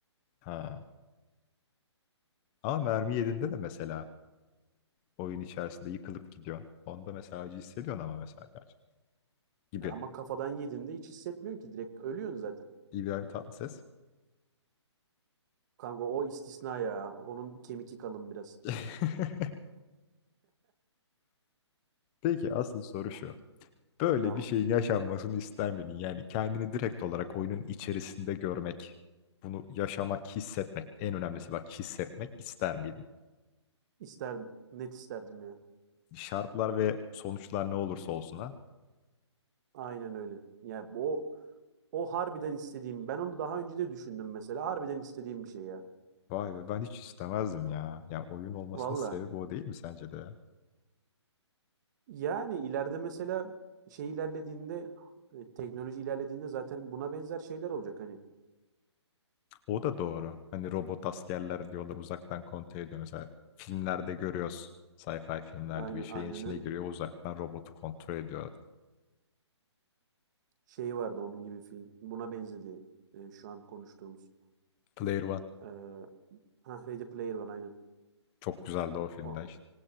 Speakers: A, on the left; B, on the right.
A: Ha. Ama mermi yediğinde de mesela oyun içerisinde yıkılıp gidiyor. Onda mesela acı hissediyorsun ama mesela gerçi. Gibi.
B: Ama kafadan yediğinde hiç hissetmiyorsun ki. Direkt ölüyorsun zaten.
A: İbrahim Tatlıses.
B: Kanka o istisna ya. Onun kemiki kalın biraz.
A: <laughs> Peki asıl soru
B: O-
A: şu. Böyle
B: Tamam.
A: bir şeyin yaşanmasını ister miydin? Yani kendini direkt olarak oyunun içerisinde görmek, bunu yaşamak, hissetmek, en önemlisi bak hissetmek ister miydin?
B: İsterdim. Net isterdim ya.
A: Şartlar ve sonuçlar ne olursa olsun ha.
B: Aynen öyle. Ya bu o, o harbiden istediğim. Ben onu daha önce de düşündüm mesela. Harbiden istediğim bir şey ya.
A: Vay be ben hiç istemezdim ya. Ya oyun olmasının
B: Valla.
A: sebebi o değil mi sence de?
B: Yani ileride mesela şey ilerlediğinde e, teknoloji ilerlediğinde zaten buna benzer şeyler olacak. Hani
A: O da doğru. Hani robot askerler diyorlar uzaktan kontrol ediyor. Mesela filmlerde görüyoruz. Sci-fi filmlerde
B: Aynen,
A: bir şeyin
B: aynen
A: içine
B: öyle.
A: giriyor uzaktan robotu kontrol ediyor.
B: Şey vardı onun gibi film. Buna benzedi e, şu an konuştuğumuz.
A: Player One
B: Ee, hah, Ready Player One aynen.
A: çok güzeldi o filmde
B: O
A: işte.